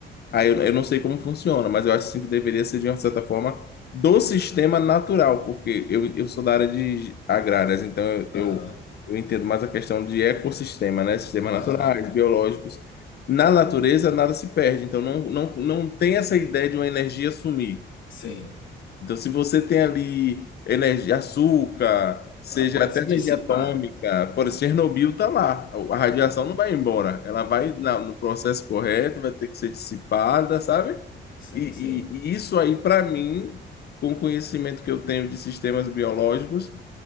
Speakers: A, on the left; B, on the left.
A: Aí eu, eu não sei como funciona, mas eu acho assim, que deveria ser de uma certa forma do sistema natural, porque eu, eu sou da área de agrárias, então eu,
B: Aham,
A: eu, eu entendo mais a questão de ecossistema, né? Sistemas
B: aham.
A: naturais, biológicos. Na natureza, nada se perde, então não, não, não tem essa ideia de uma energia sumir.
B: Sim,
A: Então, se você tem ali energia, açúcar, seja
B: ela pode
A: até
B: se
A: energia
B: dissipar.
A: atômica, por exemplo, Chernobyl está lá. A
B: Sim,
A: radiação não vai embora. Ela vai na- no processo correto, vai ter que ser dissipada, sabe?
B: sim,
A: E,
B: sim.
A: e- e isso aí, para mim, com o conhecimento que eu tenho de sistemas biológicos,